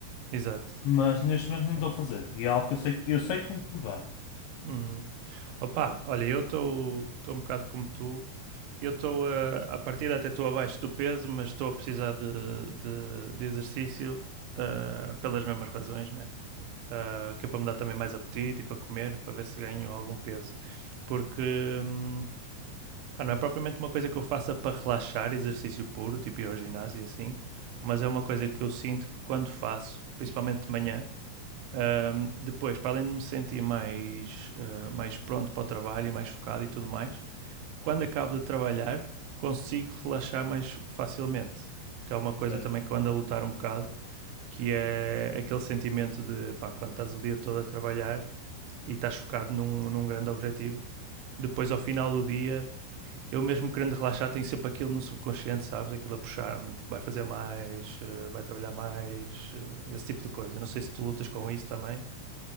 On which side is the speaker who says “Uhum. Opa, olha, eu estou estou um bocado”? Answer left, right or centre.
Right